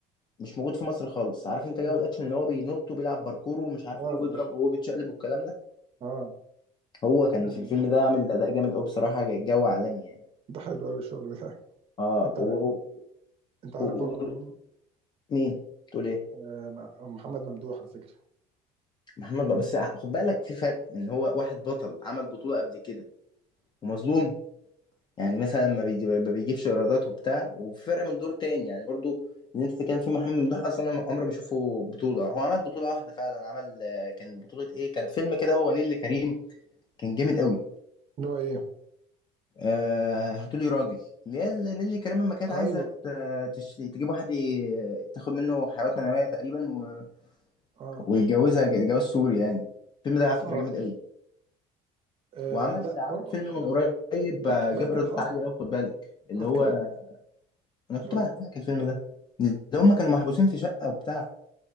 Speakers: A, on the left; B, on the right.
A: مش موجود في مصر خالص عارف انت جو
B: مم.
A: الاكشن اللي هو بينط وبيلعب باركور ومش عارف
B: اه
A: ايه وبيضرب
B: اه
A: وهو بيتشقلب والكلام ده
B: اه
A: هو كان
B: جامد
A: في الفيلم
B: ده
A: ده عامل اداء جامد قوي بصراحه جو عالمي يعني
B: ده حلو قوي الشغل ده
A: اه
B: انت
A: و...
B: انت عارف
A: و... و...
B: برضو مين
A: مين تقول ايه
B: آه مع- محمد ممدوح على فكره
A: محمد بقى بس خد بالك في فرق ان هو واحد بطل عمل بطوله قبل كده ومظلوم يعني مثلا ما بيجي- ما بيجيبش ايرادات وبتاع وفرق من دور تاني يعني برضو اللي انت بتتكلم فيه محمد ممدوح اصلا انا عمري ما اشوفه بطوله هو عمل بطوله واحده فعلا عمل آه، كان بطوله ايه كان فيلم كده هو نيللي كريم كان جامد قوي
B: اللي هو ايه
A: آه هاتولي راجل اللي هي ال- نيللي كريم لما كانت
B: ايوه
A: عايزه ت- تش- تجيب واحد ي- تاخد منه حيوانات منويه تقريبا و...
B: اه
A: ويتجوزها ج- جواز سوري يعني الفيلم ده على فكره
B: اه
A: جامد قوي
B: آه،
A: وعمل
B: لا
A: عمل
B: برضو
A: فيلم
B: على فكره
A: من قريب
B: بنك
A: آه،
B: بنك
A: جاب ايرادات
B: الحظ
A: عاليه قوي خد بالك اللي
B: على فكره
A: هو
B: بنك
A: انا
B: اللي
A: كنت
B: هو
A: بعت
B: إيه؟
A: لك الفيلم ده اللي هم كانوا محبوسين في شقة وبتاع